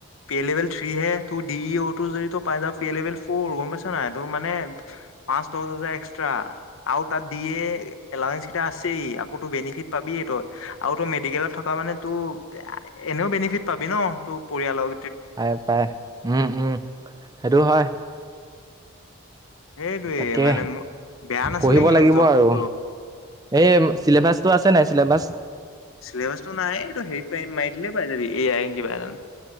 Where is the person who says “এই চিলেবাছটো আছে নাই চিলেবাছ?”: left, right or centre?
Right